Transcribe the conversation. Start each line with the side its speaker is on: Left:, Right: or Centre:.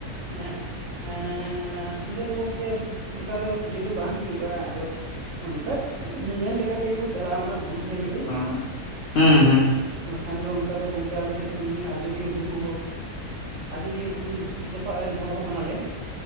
Right: ᱮᱸᱦᱮᱸᱜ ᱮᱸᱻ ᱚᱸᱰᱮ ᱫᱚ ᱜᱚᱝᱠᱮ ᱚᱱᱠᱟ ᱫᱚ ᱯᱩᱡᱟᱹ ᱫᱚ ᱵᱟᱝ ᱦᱩᱭᱩᱜᱼᱟ ᱟᱫᱚ ᱚᱱᱠᱟ ᱧᱮᱧᱮᱞ ᱞᱮᱠᱟ ᱛᱮᱜᱮ ᱠᱚ ᱪᱟᱞᱟᱜᱼᱟ ᱚᱱᱟ ᱵᱩᱨᱩ ᱧᱮᱞ ᱜᱮ
Left: ᱚ ᱦᱩᱸ
Right: <unintelligible>
Left: ᱦᱩᱸ
Right: ᱵᱟᱠᱷᱟᱱ ᱫᱚ ᱚᱱᱠᱟ ᱫᱚ ᱜᱚᱝᱠᱮ ᱟᱞᱮ ᱥᱮᱡ ᱫᱚ ᱱᱤᱭᱟᱹ ᱟᱡᱚᱫᱤᱭᱟᱹ ᱵᱩᱨᱩ ᱟᱡᱚᱫᱤᱭᱟᱹ ᱵᱩᱨᱩ ᱥᱩᱨ ᱡᱟᱯᱼᱼ ᱯᱟᱜ ᱨᱮᱱ ᱦᱚᱲ ᱦᱚᱸ ᱠᱟᱱᱟ ᱞᱮ